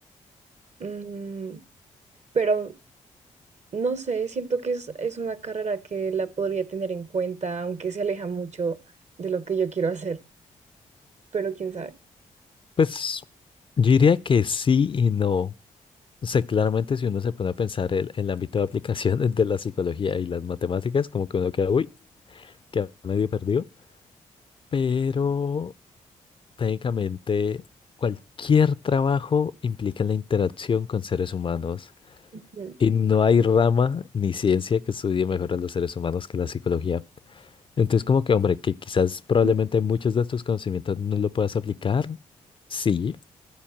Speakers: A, on the right (about 50°); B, on the left (about 35°).
A: mm, pero no sé, siento que es, es una carrera que la podría tener en cuenta, aunque se aleja mucho de lo que yo quiero hacer, pero quién sabe.
B: Pues yo diría que sí y no. O sea, claramente si uno se pone a pensar el, el ámbito de aplicación de la psicología y las matemáticas, como que uno queda, uy, queda medio perdido. Pero técnicamente cualquier trabajo implica la interacción con seres humanos
A: Mm,
B: y no hay rama ni ciencia que estudie mejor a los seres humanos que la psicología. Entonces, como que, hombre, que quizás probablemente
A: mm,
B: muchos de estos conocimientos no lo puedas aplicar, sí.